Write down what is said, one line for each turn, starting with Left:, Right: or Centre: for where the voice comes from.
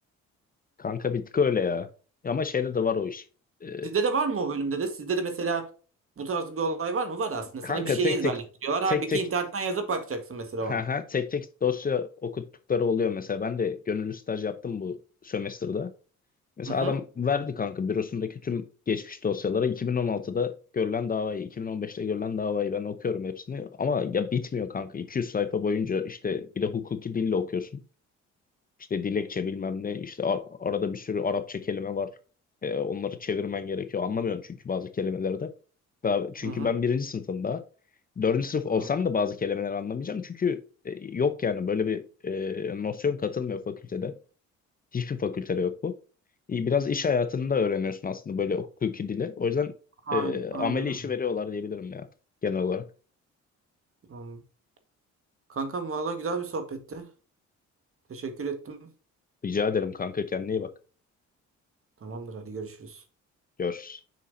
Left: Kanka bir tık öyle ya. Ama şeyde de var o iş. Ee,
Right: Sizde de var mı o bölümde de? Sizde de mesela bu tarz bir olay var mı? Var aslında. Sana
Left: kanka
Right: bir şeyi
Left: tek
Right: ezberletiyorlar.
Left: tek
Right: Halbuki
Left: tek tek
Right: internetten yazıp bakacaksın mesela
Left: aha,
Right: o an.
Left: tek tek dosya okuttukları oluyor mesela. Ben de gönüllü staj yaptım bu sömestrde. Mesela
Right: Hı hı.
Left: adam verdi kanka bürosundaki tüm geçmiş dosyalara 2016'da görülen davayı, 2015'te görülen davayı ben okuyorum hepsini. Ama ya bitmiyor kanka. 200 sayfa boyunca işte bir de hukuki dille okuyorsun. İşte dilekçe bilmem ne, işte ar- arada bir sürü Arapça kelime var. Ee, onları çevirmen gerekiyor. Anlamıyorum çünkü bazı kelimelerde. Daha, çünkü
Right: Hı
Left: ben birinci sınıfım daha. Dördüncü sınıf olsam
Right: hı.
Left: da bazı kelimeleri anlamayacağım. Çünkü e, yok yani böyle bir e, nosyon katılmıyor fakültede. Hiçbir fakültede yok bu. İyi, Biraz iş hayatında öğreniyorsun aslında böyle hukuki dili. O yüzden
Right: Aynen,
Left: e, ameli
Right: aynen. abi.
Left: işi veriyorlar diyebilirim ya genel olarak.
Right: Anladım. Kankam valla güzel bir sohbetti. Teşekkür ettim.
Left: Rica ederim kanka kendine iyi bak.
Right: Tamamdır hadi görüşürüz.
Left: Görüşürüz.